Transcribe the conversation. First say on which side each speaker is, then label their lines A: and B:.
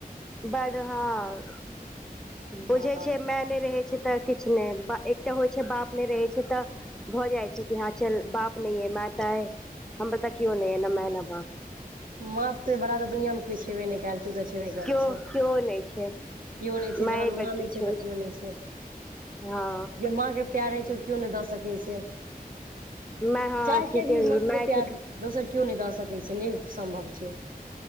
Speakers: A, in the centre; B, on the right.
A: बड हँ बुझै
B: हँ
A: छिय माय नहि रहे छैय तऽ किछु नहि एकटा होइ छैय बाप नहि रहै छैय तऽ भऽ जाइ छैय कि हँ चल बाप नै अय माय त अय हम पता केव नहि अय नहि माय न बाप।
B: माँसे बड़ा तऽ दुनियां में कोय छैबे नहि कयल छैय। छेबे कैल
A: केओ
B: छैय
A: केओ नहि छै
B: केओ नहि छैय
A: माये
B: जहन
A: बड़
B: मां नै
A: किछु
B: छैय तऽ
A: होइ
B: केओ नहि छैय।
A: छै हँ
B: जे माँके प्यार रहै छैय ओ केव नहि दऽ सकैत छैय।
A: माय हँ
B: चाहीके
A: ठीके
B: भी माँके
A: मायके
B: प्यार दोसर केव नहि दऽ सकैत छैय नहि सम्भव छैय।